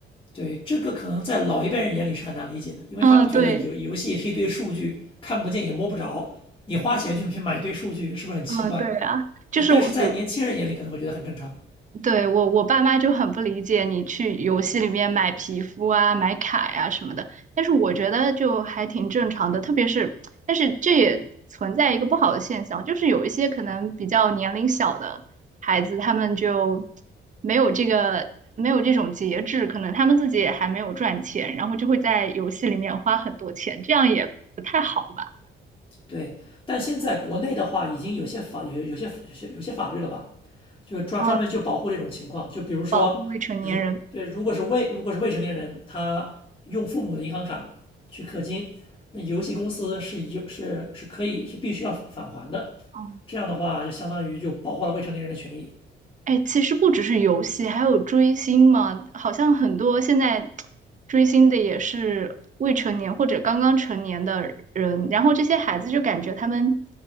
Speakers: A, on the left; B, on the right.
A: 对，这个可能在老一辈人眼里是很难理解的，因为他们觉得游游戏是一堆数据，
B: 嗯，对，
A: 看不见也摸不着，你花钱去去买一堆数据，是不是很奇怪？
B: 嗯，对啊，
A: 对，
B: 就是我，
A: 但是在年轻人眼里可能会觉得很正常。
B: 比如对，我我爸妈就很不理解你去游戏里面买皮肤啊、买卡呀、什么的，但是我觉得就还挺正常的，特别是，但是这也存在一个不好的现象，就是有一些可能比较年龄小的孩子，他们就没有这个没有这种节制，可能他们自己也还没有赚钱，然后就会在游戏里面花很多钱，这样也不太好吧？
A: 对，但现在国内的话，已经有些法有有些有些有些法律了吧？就专专门就保护这种情况。
B: 嗯，
A: 就比如说，
B: 保护未成年人。
A: 如对，如果是未如果是未成年人，他用父母的银行卡去氪金，那游戏公司是有是是可以是必须要返还的。
B: 哦
A: 这样的话，就相当于就保护了未成年人的权益。
B: 哎，其实不只是游戏，还有追星嘛。好像很多现在追星的也是未成年或者刚刚成年的人，然后这些孩子就感觉他们